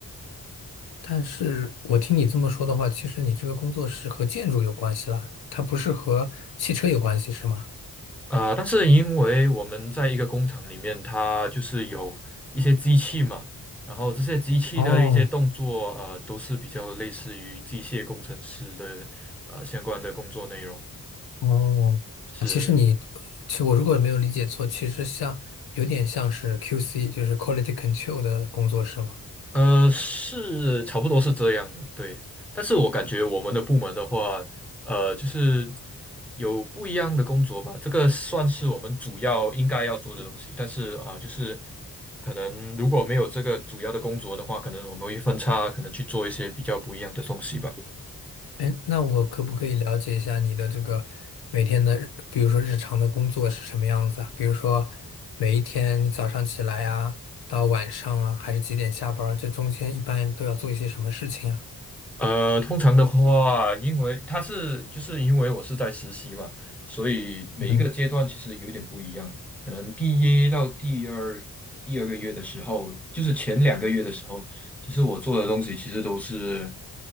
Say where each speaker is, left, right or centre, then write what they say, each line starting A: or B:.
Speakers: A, on the left; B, in the centre.
A: 但是我听你这么说的话，其实你这个工作是和建筑有关系啦，它不是和汽车有关系，是吗？
B: 啊、呃但是因为我们在一个工厂里面，它就是有一些机器嘛，然后这些机器的一些动作，
A: 哦，
B: 呃，都是比较类似于机械工程师的呃相关的工作内容。
A: 哦，
B: 是，
A: 其实你，其实我如果没有理解错，其实像有点像是 QC，就是 Quality Control 的工作，是吗？
B: 呃，是差不多是这样的，对。但是我感觉我们的部门的话，呃，就是有不一样的工作吧。这个算是我们主要应该要做的东西。但是啊、就是可能如果没有这个主要的工作的话，可能我们会分叉，可能去做一些比较不一样的东西吧。
A: 哎，那我可不可以了解一下你的这个每天的日，比如说日常的工作是什么样子啊？比如说每一天你早上起来啊，到晚上啊，还是几点下班儿这中间一般都要做一些什么事情啊？
B: 呃，通常的话，因为他是就是因为我是在实习嘛，所以每一个阶段其实有点不一样。
A: 嗯，
B: 可能第一到第二第二个月的时候，就是前两个月的时候，其实我做的东西其实都是，